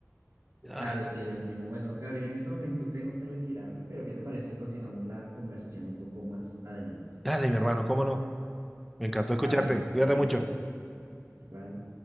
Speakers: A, in the centre; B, on the right.
A: ah,
B: claro, sí, lo entiendo. Bueno, Gabriel, en ese momento tengo que retirarme, pero ¿qué te parece si continuamos la conversación un poco más adelante?
A: Dale, mi hermano, cómo no. Me encantó escucharte.
B: Vale,
A: Cuídate
B: adiós.
A: mucho.
B: Igual.